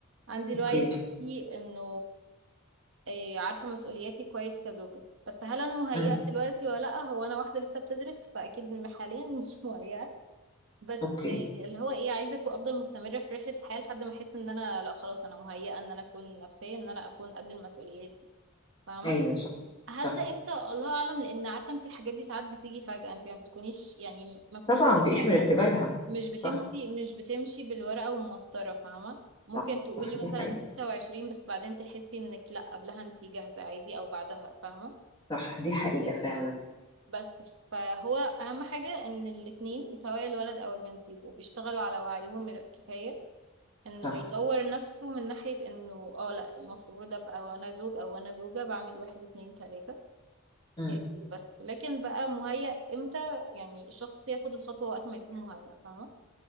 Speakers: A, on the right (about 60°); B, on the left (about 20°).
A: عندي الوعي
B: اوكي
A: الكافي انه إيه عارفة مسؤولياتي كويس كزوجة بس هل انا مهيئة
B: امم
A: دلوقتي ولا لا هو انا واحدة لسه بتدرس فاكيد حاليا مش مهيئة بس
B: اوكي
A: اللي هو ايه عايزه أكون- افضل مستمره في رحله الحياه لحد ما احس ان انا لا خلاص انا مهيئه ان انا اكون نفسيا ان انا اكون قد المسؤوليات دي فاهمه
B: ايوه صح
A: هل
B: صح
A: ده امتى الله اعلم لان عارفه انت الحاجات دي ساعات بتيجي فجاه انت ما بتكونيش يعني ما كنتش
B: طبعا ما
A: في
B: تبقيش
A: حاجه
B: مرتبه لها
A: مش بتمشي
B: صح
A: مش بتمشي بالورقه والمسطره فاهمه ممكن
B: صح
A: تقولي
B: صح دي
A: مثلا
B: حقيقه
A: 26 بس بعدين تحسي انك لا قبلها انت جاهزه عادي او بعدها فاهمه
B: صح دي حقيقة
A: إيه،
B: فعلا
A: بس فهو اهم حاجة ان الاتنين سواء الولد او البنت يبقوا بيشتغلوا على وعيهم الكفاية انه
B: صح
A: يطور نفسه من ناحية انه اه لا المفروض ابقى وانا زوج او وانا زوجة بعمل واحد اتنين تلاتة
B: امم
A: إيه، بس لكن بقى مهيأ امتى يعني الشخص ياخد الخطوة وقت ما يكون مهيأ فاهمة